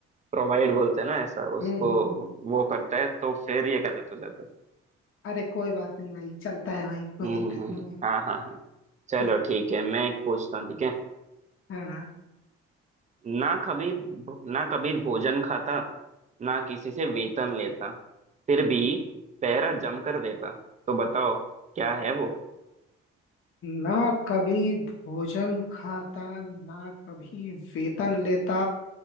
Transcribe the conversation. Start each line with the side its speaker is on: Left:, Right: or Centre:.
Right: प्रोवाइड बोलते हैं ना ऐसा उसको
Left: हम्म हम्म हम्म।
Right: वो करता है तो फिर ये गलत हो जाता है
Left: अरे कोई बात नहीं भाई चलता है भाई कोई
Right: हम्म
Left: दिक्कत
Right: हम्म, हम्म।
Left: नहीं है
Right: हाँ हाँ हाँ चलो
Left: हम्म,
Right: ठीक है मैं एक पूछता हूँ ठीक है
Left: हाँ
Right: ना कभी ना कभी भोजन खाता ना किसी से वेतन लेता फिर भी पहरा जम कर देता तो बताओ क्या है वो
Left: ना कभी भोजन खाता ना कभी वेतन लेता